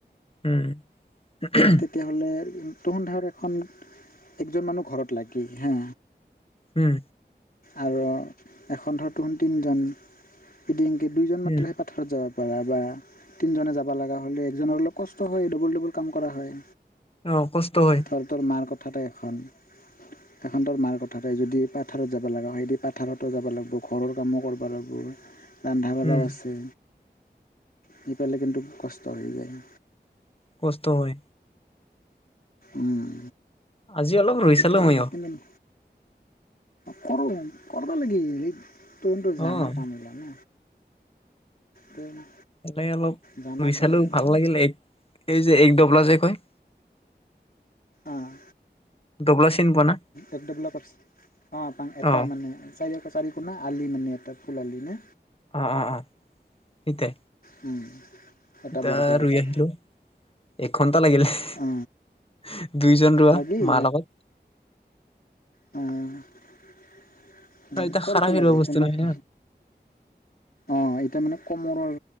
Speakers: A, on the left; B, on the left.
A: উম হুহ
B: তেতিয়াহ'লে তোৰসন্ধাৰৰ এখন একজন মানুহ ঘৰত লাগে হা
A: উম
B: আৰু এখন ধৰ তোন তিনিজন এদিন কে দুইজন মাত্ৰহে
A: উম
B: পা পথ যাব পাৰা বা তিনিজনে যাবা লগা হ'লে একজনৰ অলপ কষ্ট হয় ডবল, ডবল কাম কৰা হয়!
A: অহ', কষ্ট হয়!
B: ধৰ তোৰ মাৰ কথাতে এখন এখন তোৰ মাৰ কথাতে যদি পাথাৰত যাব লগা হয়! সেইদি পাথাৰতো যাবা লাগিব! ঘৰৰ কামো কৰবা লাগ উম ৰান্ধা বঢ়াও
A: উম
B: আছে! সেইফালে কিন্তু কষ্ট হৈ যায়!
A: কষ্ট হয়!
B: উম,
A: আজি অলপ ৰুই
B: এতিয়া
A: চালো মইও
B: সেইকানে কৰোঁ! কৰবা লাগে হেই তোনটো জানা
A: অ
B: কাম বিলাক ন কেই না
A: এনেই অলপ
B: জানা
A: ৰোগ
B: কাম
A: চালোঁ ভাল
B: না।
A: লাগিলে এই যে এক ডবলা যে কয়
B: অ'হ
A: ডবলা চিন পোৱা না
B: এক ডবলা অহ' এটা
A: অ
B: মানে চাইদে আছে চাৰি ফুট না‌ আলি মানে এটা ফুল আলি নে
A: অহ', অহ', অহ', থিকে
B: উম এটা
A: এতিয়া
B: বৰ্গ
A: আৰু
B: কি
A: ৰুই আহিলোঁ! এঘন্টা লাগিলে হুেহ
B: অ
A: দুইজন ৰোৱা
B: লাগেই
A: মাৰ লগত
B: হয় হয় ',
A: আৰু
B: লাগে
A: এতিয়া
B: কৰিব
A: খাৰা হেৰুৱা
B: লাগে
A: বস্তু
B: কোন
A: নহয়
B: ক
A: না
B: অহ', এতিয়া মানে কমৰৰ